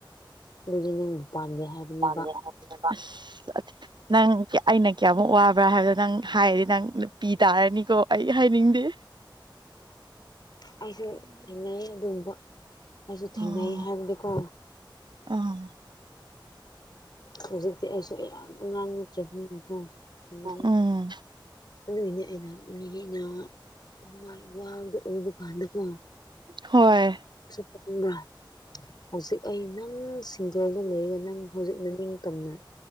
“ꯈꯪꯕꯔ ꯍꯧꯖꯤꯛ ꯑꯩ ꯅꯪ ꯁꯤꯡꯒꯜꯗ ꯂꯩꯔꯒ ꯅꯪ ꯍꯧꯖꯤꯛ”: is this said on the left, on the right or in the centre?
Left